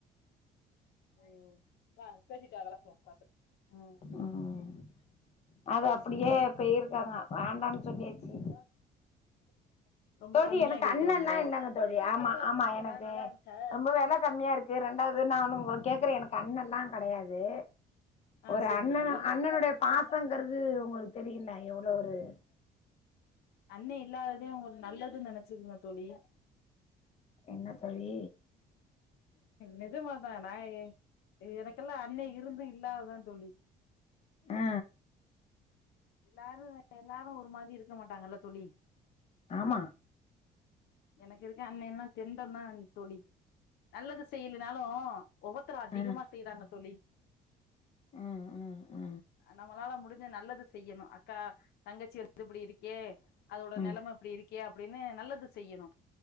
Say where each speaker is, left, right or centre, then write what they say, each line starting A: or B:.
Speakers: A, on the left; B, on the left.
A: ஐயோ ஸ்பெரி டெவலெப் <unintelligible>
B: ம் அது அப்படியே
A: சேரி
B: போயிருக்காங்க வேண்டாம்னு சொல்லியாச்சி
A: <inaudible> ரொம்ப
B: தோழி
A: கம்மியா
B: எனக்கு
A: கேக்குறாங்களோ
B: அண்ணல்லா இல்லைங்க
A: அமௌண்ட்
B: தோழி
A: பழம்
B: ஆமா
A: பழுக்க வச்ச
B: ஆமா
A: தின்னீங்களா
B: எனக்கு
A: நல்லா இருந்துச்சா
B: ரொம்ப வெல கம்மியா இருக்கு க்கு ரெண்டாது நா ஒன்னு உங்கள கேக்குறே எனக்கு அண்ணல்லா கெடையாது
A: ஆ
B: ஒரு
A: சேரி
B: அண்ணன் அண்ணனுடைய
A: தோழி
B: பாசங்கிறது உங்களுக்கு தெரியுல எவ்ளோ ஒரு <inaudible>
A: அண்ணே இல்லாததே உங்களுக்கு நல்லது நெனைச்சிக்கீங்க தோழி
B: என்ன தோழி
A: நிஜமாதா நா எனக்கெல்லா அண்ண இருந்து இல்லாதுதா தோழி
B: ஆ
A: எல்லாரு எல்லாரு ஒரு மாரி இருக்க மாட்டாங்கல்ல தோழி
B: ஆமா
A: எனக்கு இருக்க அண்ண எல்லா தெண்டோ தா தோழி நல்லது செய்யலனாலு ஒவத்தரோ அதிகமா
B: ஆ
A: செய்யறாங்க தோழி
B: ஆ ஆ ஆ
A: நம்மளால முடிஞ் ச நல்லது செய்யணு அக்கா தங்கச்சி வந்து இப்டி இருக்கே அதோட
B: ம்
A: நெலம இப்டி இருக் கே அப்டினு நல்லது செய்யணு